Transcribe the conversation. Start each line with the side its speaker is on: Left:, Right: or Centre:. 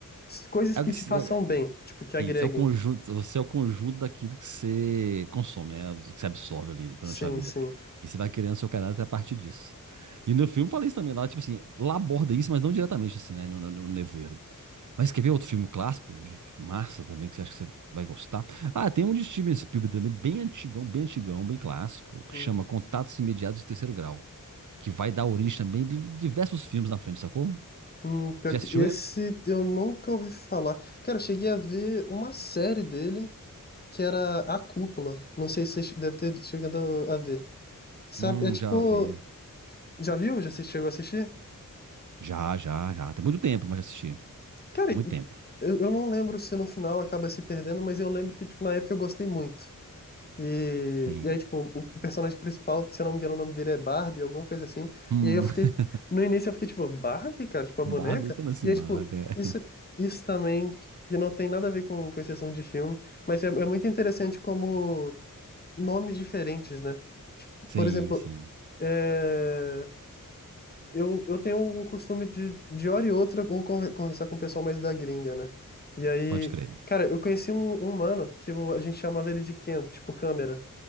Left: S- Coisas
Right: É
Left: que
Right: o que
Left: te
Right: se-
Left: façam
Right: é,
Left: bem, tipo, que agreguem.
Right: Isso, é o conjunto, você é o conjunto daquilo que você consome, né? O que você absorve ali durante
Left: Sim,
Right: a vida.
Left: sim.
Right: E você vai criando seu caráter a partir disso. E no filme eu falei isso também, lá, tipo assim, lá aborda isso, mas não diretamente, assim, né? No, no, no nevoeiro. Mas quer ver outro filme clássico? Que Massa também, que você acha que você vai gostar. Ah, tem um de Steven Spielberg também, bem antigão, bem antigão, bem clássico, que
Left: Hum,
Right: chama Contatos Imediatos de Terceiro Grau. Que vai dar origem também de diversos filmes na frente, sacou?
Left: hum, pior
Right: Você já
Left: que
Right: assistiu
Left: esse
Right: esse?
Left: eu nunca ouvi falar. Cara, eu cheguei a ver uma série dele que era A Cúpula. Não sei se você deve ter chegado a ver. Sabe,
Right: Hum,
Left: é tipo.
Right: já vi.
Left: Já viu? Já se chegou a assistir?
Right: Já, já, já. Tem muito tempo, mas já assisti.
Left: Cara,
Right: Muito tempo.
Left: eu, eu não lembro se no final acaba se perdendo, mas eu lembro que, tipo, na época eu gostei muito. E,
Right: Sim.
Left: e aí, tipo, o o personagem principal, se eu não me engano, o nome dele é Barbie, alguma coisa assim.
Right: Hum.
Left: E aí eu fiquei,
Right: <laughs>
Left: no início eu fiquei, tipo, Barbie, cara, tipo, a boneca?
Right: Barbie? Como assim,
Left: E aí,
Right: Barbie?
Left: tipo,
Right: É.
Left: isso, isso também, que não tem nada a ver com, com esse assunto de filme, mas é, é muito interessante como nomes diferentes, né?
Right: Sim,
Left: Por exemplo,
Right: sim.
Left: é, eu, eu tenho um costume de, de hora e outra, ou conver- conversar com o pessoal mais da gringa, né? E aí,
Right: Pode crer.
Left: cara, eu conheci um, um mano que eu- a gente chamava ele de Ken, tipo câmera.